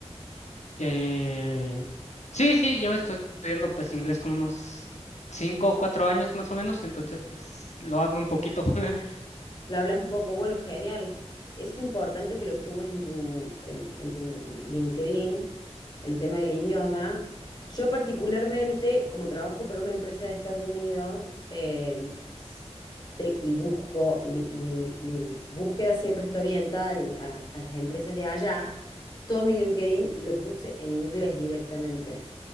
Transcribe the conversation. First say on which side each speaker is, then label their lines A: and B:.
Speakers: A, on the left (about 85°); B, on the left (about 40°).
A: Eh, sí, sí, llevo estudiando pues inglés como unos cinco o cuatro años más o menos, entonces pues lo hablo un poquito. <laughs>
B: Lo hablas un poco, bueno, genial. Es importante que lo sumes en tu, en, en tu LinkedIn, el tema del idioma. Yo particularmente, como trabajo para una empresa de Estados Unidos, eh, s- te- y busco, y mi, mi- mi búsqueda siempre está orientada al- a, a las empresas de allá, todo mi LinkedIn lo puse en inglés directamente.